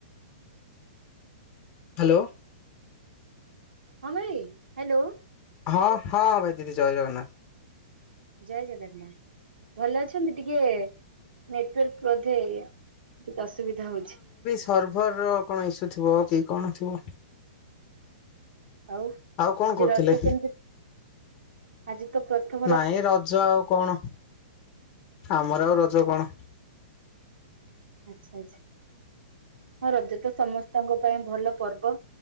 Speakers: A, on the left; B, on the right.
A: ହାଲୋ।
B: ହଁ ଭାଇ। ହାଲୋ।
A: ହଁ ହଁ ଭାଇ, ଦିଦି ଜୟ ଜଗନ୍ନାଥ।
B: ଜୟ ଜଗନ୍ନାଥ। ଭଲ ଅଛନ୍ତି ଟିକେ ନେଟୱାର୍କ ବୋଧେ ଟିକେ ଅସୁବିଧା ହଉଚି।
A: ସର୍ଭରର କଣ ଇସ୍ୟୁ ଥିବ କି କଣ ଥିବ।
B: ଆଉ
A: କଣ
B: ଆଜି
A: କରୁଥିଲେ
B: ରଜ କେମିତି ଆଜି ତ ପ୍ରଥ
A: ନାଇଁ ରଜ ଆଉ କଣ, ଆମର ଆଉ ରଜ କଣ।
B: ଆଚ୍ଛା ଆଚ୍ଛା। ହଁ ରଜ ତ ସମସ୍ତଙ୍କ ପାଇଁ ଭଲ ପର୍ବ।